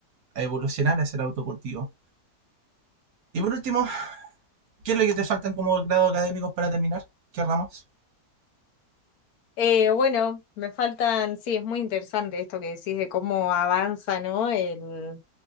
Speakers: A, on the right; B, on the left.
A: a evolucionar hacia el autocultivo. Y por último, ¿qué es lo que te faltan como grado académicos para terminar? ¿Qué ramos?
B: Eh, bueno, me faltan, sí, es muy interesante esto que decís de cómo avanza, ¿no? El,